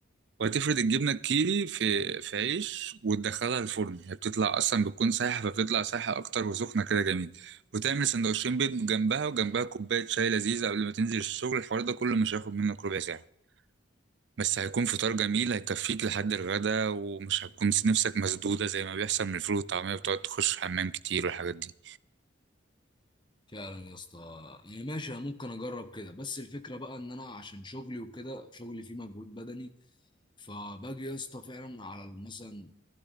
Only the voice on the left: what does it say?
فعلا يا اسطى انا ماشي أنا ممكن اجرب كده بس الفكره بقى ان انا عشان شغلي وكده شغلي فيه مجهود بدني فباجي يا اسطى فعلا على مثلا